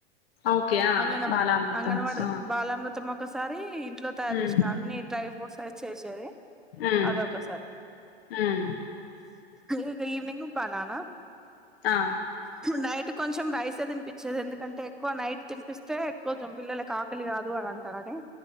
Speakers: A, on the left; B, in the centre.
A: ఓకే ఆ
B: అంగన్వ
A: బాలామృతం
B: అంగన్వాడి
A: ఆ
B: బాలామృతం ఒకసారి ఇంట్లో తయారు
A: ఉమ్
B: చేసిన అన్ని టైప్ ఓట్స్ ఏసీ చేసేది
A: ఉమ్
B: అదొకసారి
A: ఉమ్
B: ఇక ఇవి నింగు బనానా
A: ఆ
B: నైట్ ఈ కొంచం రైసె తినిపించ్ వచ్చేది ఎందుకంటే ఎక్కువ నైట్ తినిపిస్తే ఎక్కువ జంపిల్లలు కా పెళ్లి కాదు అని అంటనని